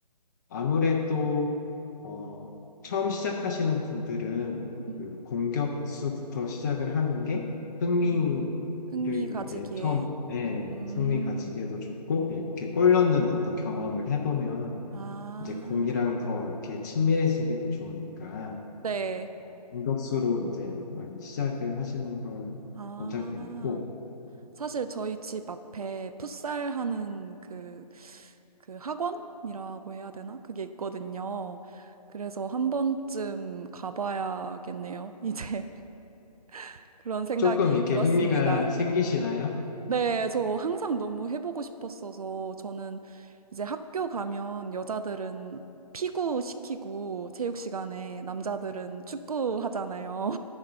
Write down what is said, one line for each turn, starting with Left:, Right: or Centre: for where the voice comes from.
Left: 아무래도 어, 처음 시작하시는 분들은
Right: 음,
Left: 그 공격수부터 시작을 하는 게 승리를
Right: 음, 흥미 가지기에.
Left: 이제 처음, 예,
Right: 음,
Left: 승리 가지기에도 좋고, 이렇게 골 넣는 어떤 경험을 해보면
Right: 아,
Left: 이제 공이랑 더 이렇게 친밀해지기도 좋으니까,
Right: 네,
Left: 어, 공격수로 이제 많이 시작을 하시는 걸
Right: 아.
Left: 권장드리고,
Right: 사실 저희 집 앞에 풋살 하는 그, 그 학원이라고 해야 되나? 그게 있거든요. 그래서 한 번쯤 가봐야겠네요. 이제 <laughs> 그런 생각이
Left: 조금 이렇게
Right: 들었습니다.
Left: 흥미가 생기시나요?
Right: 네, 저 항상 너무 해보고 싶었어서 저는 이제 학교 가면 여자들은 피구 시키고 체육 시간에 남자들은 축구 하잖아요.